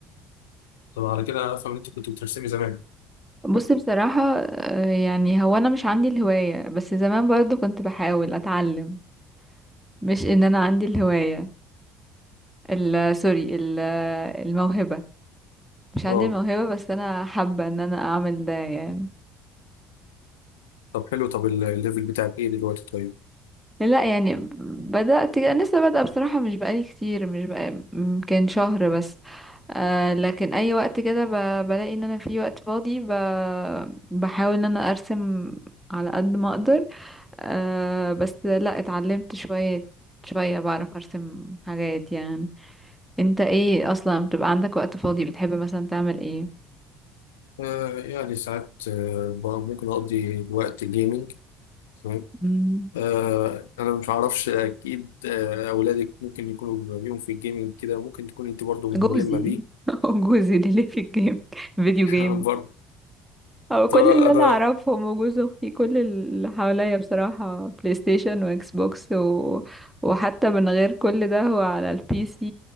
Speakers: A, on the left (about 80°); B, in the centre.
A: طب على كده افهم ان انت كنت بترسمي زمان
B: بص بصراحه آه، يعني هو انا مش عندي الهوايه بس زمان برضو كنت بحاول اتعلم مش ان انا عندي الهواية ال سوري ال الموهبة مش عندي
A: اه
B: الموهبة بس انا حابة ان انا اعمل ده يعني
A: طب حلو طب ال- الليفل بتاعك ايه دلوقتي طيب
B: لا يعني بدأت انا لسه بادئة بصراحة مش بقالي كتير مش بقى يمكن شهر بس آه لكن اي وقت كده ب... بلاقي ان انا في وقت فاضي ب... بحاول ان انا ارسم على قد ما اقدر آه بس لا اتعلمت شوية شوية بعرف ارسم حاجات يعني انت ايه اصلا بتبقى عندك وقت فاضي بتحب مثلا تعمل ايه
A: آه يعني ساعات آه ب- ممكن اقضي الوقت جيمنج تمام
B: مم.
A: آه انا مش عارفش اكيد آه اولادك ممكن يكونوا ليهم في الجيمنج كده ممكن تكون انت برضو ملمه
B: جوزي
A: بيه
B: <laughs> هو جوزي ده اللي في الجيم فيديو
A: <laughs>
B: جيم
A: برضه
B: هو كل
A: طب انا
B: اللي انا اعرفهم وجوز اختي كل اللي حواليا بصراحة بلاي ستيشن واكس بوكس و... وحتى من غير كل ده هو على البي سي